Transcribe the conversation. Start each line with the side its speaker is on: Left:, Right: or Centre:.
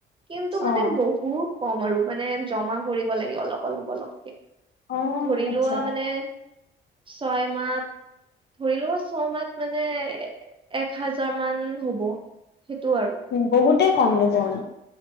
Right: কিন্তু মানে
Left: অ
Right: বহুত কম আৰু মানে জমা কৰিব লাগে অলপ অলপ অলপ।
Left: অ',
Right: ধৰি
Left: আচ্ছা
Right: লোৱা মানে ছয় মাহ- ধৰি লোৱা ছমাহ মানে এক হাজাৰ মান হ'ব। সেইটো আৰু।
Left: বহুতেই কম দেখোন।